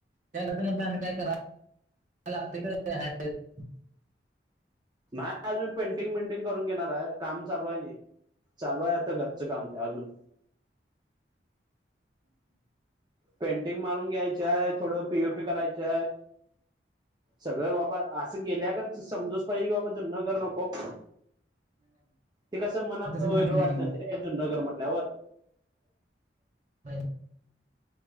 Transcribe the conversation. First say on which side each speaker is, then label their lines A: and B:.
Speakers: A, on the right; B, on the right.
A: त्या घटा मध आणि काय करा लागते का <unintelligible>
B: नाय अजून मी पेंटिंग बिंटिंग करून घेणार आहे. काम चालू आहे नई, चालू आहे आता घरचं काम ते अजून. पेंटिंग मारून घ्यायचीये, थोडं पीओपी करायचय, सगळे बाबा अस गेल्या गतच समजूच पाहिजे, बाबा जुन घर नको. ते कसं मनात वेगळं
A: बांधली
B: वाटत,
A: नवीन
B: ना रे जुन घर म्हटल्यावर.
A: ह <unintelligible>